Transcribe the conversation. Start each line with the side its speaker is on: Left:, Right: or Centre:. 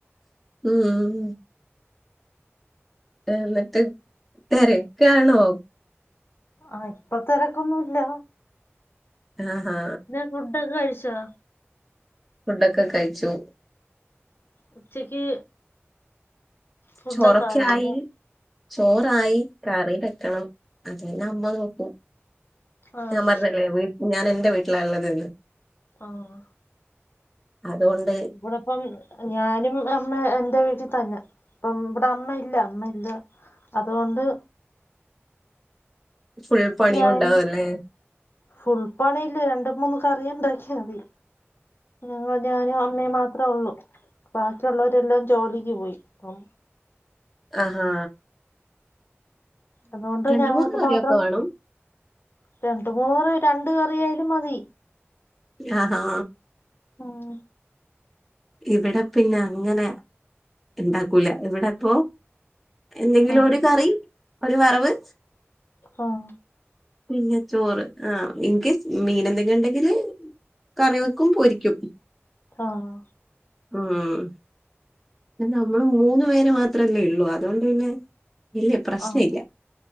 Centre: ഉം എന്നിട്ട് തെരക്കാണോ
Left: ആഹ ഇപ്പത്തെരക്കൊന്നുല്ല
Centre: ആഹാ
Left: ഫുഡൊക്കെ കഴിച്ചോ
Centre: ഫുഡൊക്കെ കയ്ച്ചു
Left: ഉച്ചക്ക് ഫുഡൊക്കെ
Centre: ചോറൊക്ക്യായി
Left: ആയോ
Centre: ചോറായി കറി ബെക്കണം അത്പ്ന്നെമ്മ നോക്കും.
Left: ആഹ്
Centre: ഞാം പർഞ്ല്ലേ വീട്ട് ഞാനെന്റെ വീട്ട്ല ള്ളത്
Left: ആഹ്
Centre: അതുകൊണ്ട്
Left: ഇവിടപ്പം ഞാനും അമ്മ എന്റെ വീട്ടി തന്നെ പ്പം ഇവിടെ അമ്മ ഇല്ല അമ്മ ഇല്ല അത്കൊണ്ട്
Centre: ഫുൾ പണിയുണ്ടാവു
Left: ഞാൻ
Centre: അല്ലേ
Left: ഫുൾ പണീല്ലേ രണ്ട് മൂന്ന് കറിയ്ണ്ടാക്കിയാ മതി ഞങ്ങ ഞാനും അമ്മയും മാത്രേ ഒള്ളൂ ബാക്കിയുള്ളവരെല്ലാം ജോലിക്ക് പോയി പ്പം
Centre: ആഹാ
Left: അത്കൊണ്ട്
Centre: രണ്ട്
Left: ഞങ്ങക്ക്
Centre: മൂന്ന് കറിയൊക്കെ
Left: മാത്രം
Centre: വേണം
Left: രണ്ട് മൂറ് രണ്ട് കറിയായാലും മതി
Centre: ആഹാ
Left: ഉം
Centre: ഇവിടെ പിന്നെ അങ്ങനെ ഇണ്ടാക്കൂല. ഇവിടെപ്പോ എന്തെങ്കിലും
Left: ഉം,
Centre: ഒരു കറി ഒരു വറവ്
Left: ഉം,
Centre: പിന്നെ ചോറ് ആഹ് ഇൻകൈസ് മീനെന്തെങ്കിലുണ്ടെങ്കില് കറിവെക്കും പൊരിക്കും
Left: ആഹാ
Centre: ഉം. പിന്ന നമ്മള് മൂന്ന് പേര് മാത്രല്ലേ ഒള്ളൂ അതോണ്ട് പിന്നെ ഇല്ല്യ പ്രശ്ന
Left: ആ,
Centre: ഇല്ല്യ